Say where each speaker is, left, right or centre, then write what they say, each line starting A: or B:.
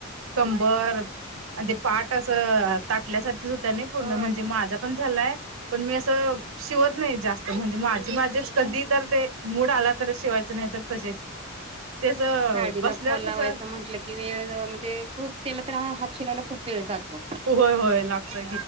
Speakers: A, on the right (about 85°); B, on the right (about 30°).
A: कंबर आणि ते पाठ असं ताटल्यासारखीच होत्या नाही पूर्ण.
B: होय.
A: म्हणजे माझा पण झालंय. पण मी असं शिवत नाही जास्त. म्हणजे माझी माझेच. कधी
B: हम्म.
A: तर ते मूड आला तरच शिवायच, नाही तर तसेच. त्याच
B: साडीला
A: बसल्यावर
B: फलावायचं
A: कसं
B: म्हटलं कि वेळ ते खूप त्याला तर आहा, हात शिलायला खूप वेळ जातो.
A: होय-होय लागतय